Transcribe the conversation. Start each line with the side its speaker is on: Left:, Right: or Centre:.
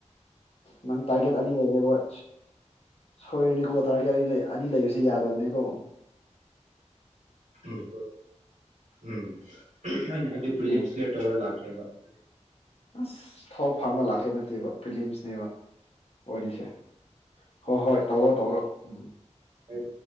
Left: ꯅꯪ ꯇꯥꯔꯒꯦꯠ ꯑꯅꯤ ꯂꯩꯔꯦꯕꯣꯏ ꯁꯣꯏꯔꯅꯤꯀꯣ ꯇꯥꯔꯒꯦꯠ ꯑꯅꯤ ꯂꯩ ꯑꯅꯤ ꯂꯩꯕꯁꯦ ꯌꯥꯗꯕꯅꯦꯀꯣ
Right: ꯎꯝ ꯎꯝ ꯑꯩꯅ ꯍꯥꯏꯕꯗꯤ
Left: ꯑꯗꯨꯅꯦ
Right: ꯄꯋꯤꯌꯝꯁꯦꯠꯧꯔꯒ ꯂꯥꯛꯈꯦꯕ ꯎꯝ
Left: ꯑꯁ ꯊꯥꯎ ꯐꯪꯉ ꯂꯥꯛꯀꯦ ꯅꯠꯇꯦꯕ ꯐꯤꯂꯤꯝꯁꯅꯦꯕ ꯋꯥꯔꯤꯁꯦ ꯍꯣꯏ ꯍꯣꯏ ꯇꯧꯔꯣ ꯇꯧꯔꯣ ꯎꯝ
Right: ꯎꯝ